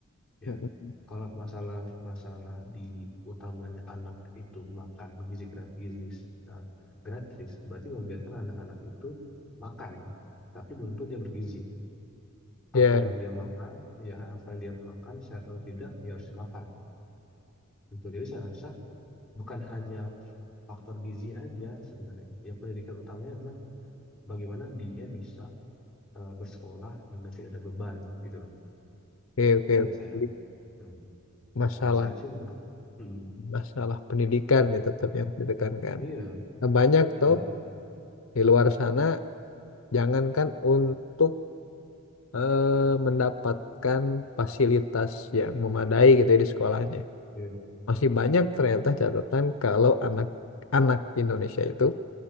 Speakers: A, on the left; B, in the centre.
A: Mm-mm.
B: ya. Kalau masalah masalah di utamanya anak itu makan gizi gratis, eh, gratis berarti membiarkan anak-anak itu makan, tapi belum tentu dia bergizi.
A: Ya,
B: Apa yang dia makan, ya apa yang dia makan sehat atau tidak, ya harus makan. Betul. Jadi saya rasa bukan hanya faktor gizi aja sebenarnya. Ya pendidikan utamanya adalah bagaimana dia bisa eh, bersekolah dengan tidak ada beban gitu loh.
A: oke oke.
B: Itu yang
A: oke.
B: saya
A: Jadi
B: hmm.
A: Masalah
B: Kalau saya sih menurut Hmm.
A: masalah pendidikan ya tetap yang ditekankan.
B: Iya,
A: Nah, banyak
B: iya,
A: toh di luar sana jangankan untuk eh, mendapatkan fasilitas yang memadai gitu ya di sekolahnya.
B: iya.
A: Masih banyak ternyata catatan kalau anak-anak Indonesia itu